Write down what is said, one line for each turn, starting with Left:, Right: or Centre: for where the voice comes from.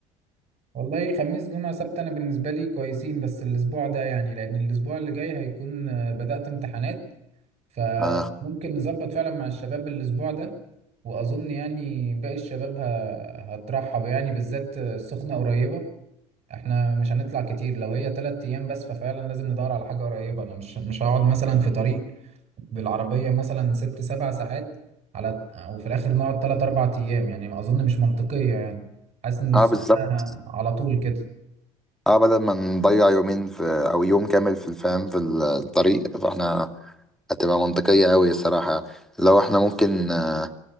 Right: والله خميس جمعة سبت أنا بالنسبة لي كويسين بس الأسبوع ده يعني لأن الأسبوع اللي جاي هيكون آه، بدأت امتحانات فممكن
Centre: اه
Right: نظبط فعلا مع الشباب الأسبوع ده وأظن يعني باقي الشباب ه- هترحب يعني بالذات السخنة قريبة احنا مش هنطلع كتير لو هي تلات أيام بس ففعلا لازم ندور على حاجة قريبة أنا مش مش هقعد مثلا في طريق بالعربية مثلا ست سبع ساعات على وفي الآخر نقعد تلات أربع أيام يعني ما أظن مش منطقية يعني حاسس إن السخنة
Centre: آه، بالظبط
Right: على طول كده
Centre: اه بدل ما نضيع يومين في أو يوم كامل في الفهم في الطريق فاحنا هتبقى منطقية أوي الصراحة لو احنا ممكن آه،